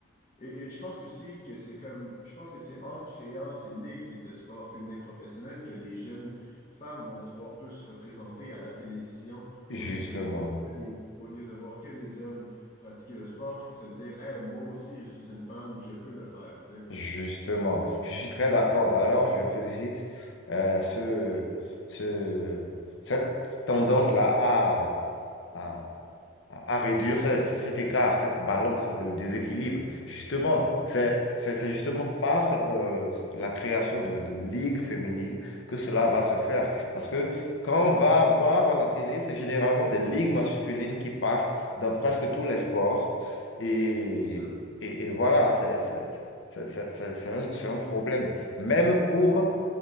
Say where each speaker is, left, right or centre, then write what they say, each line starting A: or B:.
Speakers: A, on the left (about 35°); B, on the left (about 70°).
A: et, et je pense aussi que c'est comme, je pense que c'est en créant ces ligues de sport féminin professionnel que les jeunes femmes vont se voir plus représentées à la télévision
B: Justement.
A: au lieu de ne voir que des, au lieu de voir que des hommes pratiquer le sport et se dire, Hey, moi aussi, je suis une femme, je peux le faire, tu sais.
B: Justement, je suis très d'accord. D'ailleurs, je félicite euh, ce, ce, cette tendance-là à, à, à à réduire ce- ce- cet écart, cette balance, le déséquilibre. Justement,
A: Mhm,
B: c'est c'est- c'est justement par euh, la création de, de ligues féminines que cela va se faire. Parce que quand on va voir à la télé, c'est généralement des ligues masculines qui passent dans presque tous les sports. Et,
A: bien sûr.
B: et, et voilà, c'est c'est- c'est- c'est- c'est- c'est un, c'est un problème. Même pour...